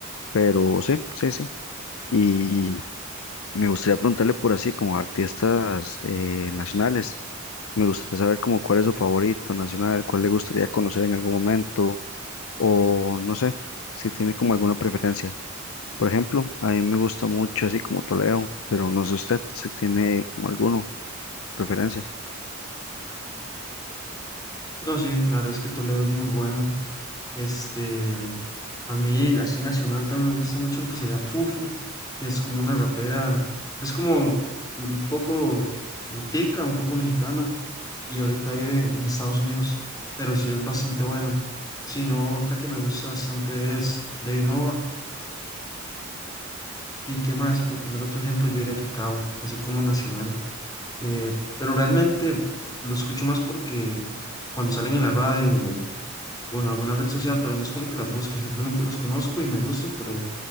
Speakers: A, on the left; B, on the left.
A: pero sí, sí, sí. Y me gustaría preguntarle por así, como artistas eh, nacionales, me gustaría saber como cuál es su favorito nacional, cuál le gustaría conocer en algún momento, o no sé, si tiene como alguna preferencia. Por ejemplo, a mí me gusta mucho así como Toledo, pero no sé usted si tiene como alguno preferencia.
B: No, sí, la verdad es que Toledo es muy bueno. Este, a mí, así nacional, también me gusta mucho lo que sería Fufu, que es como una rapera, es como un poco eh, tica, un poco mexicana, y ahorita vive en Estados Unidos, pero sí es bastante buena. Si no, otra que me gusta bastante es Devinova ¿Y qué más? Por poner otro ejemplo, yo diría que Cabo, así como Nacional. Eh, pero realmente lo escucho más porque cuando salen en la radio o, o en alguna red social, pero no es como que las busque, simplemente las conozco y me gustan, pero